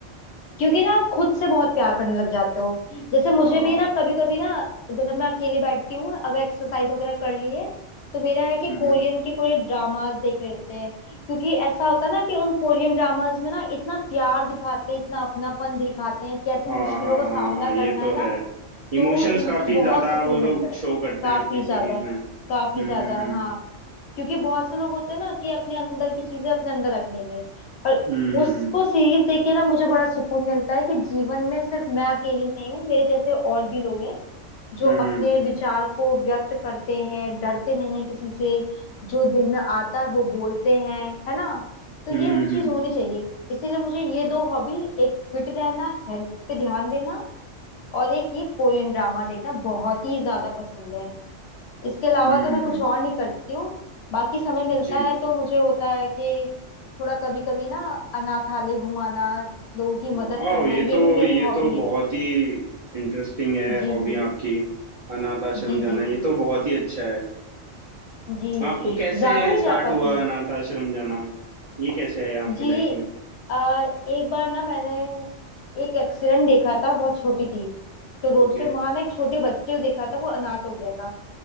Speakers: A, on the left (about 65°); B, on the right (about 55°).
A: क्योंकि ना आप खुद से बहुत प्यार करने लग जाते हो जैसे मुझे
B: हाँ
A: भी ना कभी कभी ना जब मैं अकेली बैठती हूँ अगर एक्सरसाइज वगैरह कर ली है तो मेरा है कि
B: हम्म
A: कोरियन के कोई ड्रामास देख लेते हैं क्योंकि ऐसा होता है ना कि उन कोरियन ड्रामास में ना इतना प्यार दिखाते हैं इतना अपनापन दिखाते हैं कैसे
B: हाँ
A: मुश्किलों
B: हाँ
A: का सामना
B: हाँ हाँ
A: करना
B: ये तो
A: है ना
B: है
A: तो
B: इमोशंस
A: इनसे
B: काफी
A: बहुत
B: ज्यादा
A: सुकून
B: वो लोग
A: मिलता है
B: शो करते
A: काफी
B: हैं अपनी सीरीज
A: ज्यादा
B: में
A: काफी
B: हम्म
A: ज्यादा
B: हम्म
A: हाँ क्योंकि बहुत से लोग होते हैं ना कि अपने अंदर की चीजें अपने अंदर रख लेंगे और
B: हम्म
A: उसको सीरीज देख के ना मुझे बड़ा सुकून मिलता है कि जीवन में सिर्फ मैं अकेली नहीं हूँ मेरे जैसे और भी लोग हैं जो
B: हम्म हम्म
A: अपने विचार को व्यक्त करते हैं डरते नहीं है किसी से जो दिल में आता है वो बोलते हैं है ना तो
B: हम्म
A: ये वो चीज
B: हम्म,
A: होनी चाहिए इसीलिए मुझे ये दो हॉबी एक फिट रहना हेल्थ पे ध्यान देना और एक ये कोरियन ड्रामा देखना बहुत ही ज्यादा पसंद है इसके अलावा
B: हम्म,
A: तो मैं कुछ
B: हम्म,
A: और नहीं करती हूँ बाकी समय मिलता
B: जी
A: है तो मुझे होता है कि थोड़ा कभी कभी ना अनाथालय घुमाना लोगों की मदद
B: वाह
A: करना
B: ये
A: ये
B: तो
A: भी मेरी
B: ये
A: हॉबी
B: तो बहुत
A: है
B: ही इंटरेस्टिंग है
A: जी
B: हॉबी
A: जी
B: आपकी अनाथ आश्रम
A: जी
B: जाना
A: जी
B: ये
A: जी
B: तो बहुत ही अच्छा है
A: जी
B: आपको
A: ज्यादा
B: कैसे
A: नहीं
B: स्टार्ट
A: जा पाती
B: हुआ अनाथ आश्रम जाना ये कैसे आया आपकी
A: जी
B: लाइफ में
A: आ, एक बार ना मैंने एक एक्सीडेंट देखा था बहुत छोटी थी तो रोड
B: ओके
A: पे वहां ना एक छोटे बच्चे को देखा था वो अनाथ हो गया था